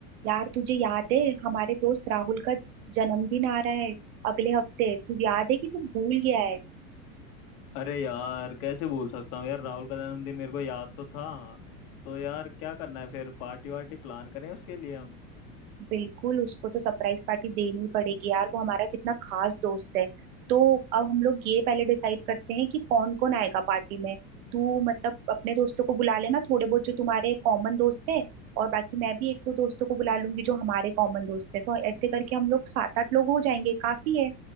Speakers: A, on the right (about 70°); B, on the left (about 70°).
A: यार तुझे याद है हमारे दोस्त राहुल का जन्मदिन आ रहा है अगले हफ्ते तू याद है कि तू भूल गया है
B: अरे यार कैसे भूल सकता हूँ यार राहुल का जन्मदिन मेरे को याद तो था तो यार क्या करना है फिर पार्टी वार्टी प्लान करें उसके लिए हम
A: बिल्कुल उसको तो सरप्राइज पार्टी देनी ही पड़ेगी यार वो हमारा कितना खास दोस्त है तो अब हम लोग ये पहले डिसाइड करते हैं कि कौन कौन आएगा पार्टी में तू मतलब अपने दोस्तों को बुला लेना थोड़े बहुत जो तुम्हारे कॉमन दोस्त है और बाकी मैं भी एक दो दोस्तों को बुला लूंगी जो हमारे कॉमन दोस्त है तो ऐसे करके हम लोग सात आठ लोग हो जाएंगे काफी है